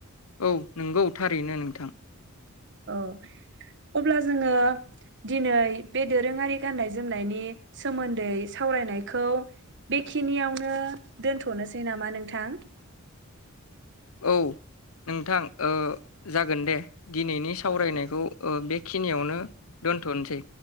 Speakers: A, on the left; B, on the right.
A: औ नंगौ थारैनो नोंथां
B: औ, अब्ला जोङो दिनै बे दोरोङारि गाननाय जोमनायनि सोमोन दै सावरायनायखौ बेखिनियावनो दोन्थ'नोसै नामा नोंथां?
A: औ नोंथां ओ जागोन दे दिनैनि सावरायनायखौ ओ बेखिनियावनो दोन्थ'नोसै।